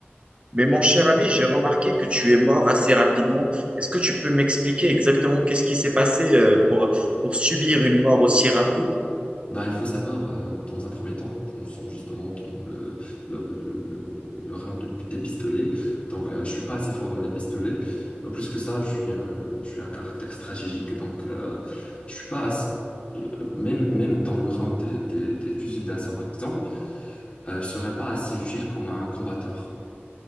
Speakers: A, on the right; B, on the left.
A: Mais mon cher ami, j'ai remarqué que tu es mort assez rapidement. Est-ce que tu peux m'expliquer exactement qu'est-ce qui s'est passé euh, pour, pour subir une mort aussi rapide?
B: Ben il faut savoir, euh, dans un premier temps, ça nous sommes justement dans le, le, le, le- le round de- des pistolets. Donc, euh, je suis pas assez fort dans les pistolets. Euh, plus que ça, je suis un, je suis un caractère stratégique. Donc, euh, je suis pas assez- euh, même, même dans le round des, des, des fusils d'assaut, par exemple, euh, je serais pas assez utile comme un combatteur.